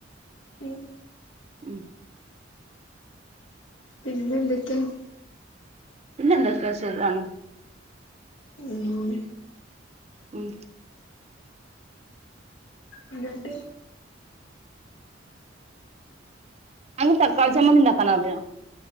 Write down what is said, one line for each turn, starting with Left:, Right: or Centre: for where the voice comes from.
Left: ഉം
Right: ഉം
Left: പിന്നെന്തൊക്കെയാ?
Right: പിന്നെന്തൊക്കെ സുഖണ്.
Left: ഉം.
Right: ഉം.
Left: എന്നിട്ട്
Right: അനക്ക് തക്കാളി ചമ്മന്തി ഉണ്ടാക്കാൻ അറിയോ?